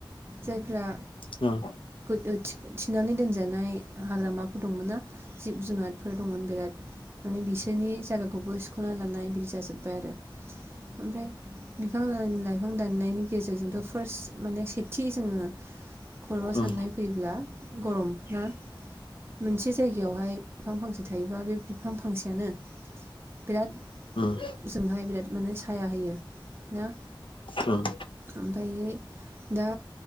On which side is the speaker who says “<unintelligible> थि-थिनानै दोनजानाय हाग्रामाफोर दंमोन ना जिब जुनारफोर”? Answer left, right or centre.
Right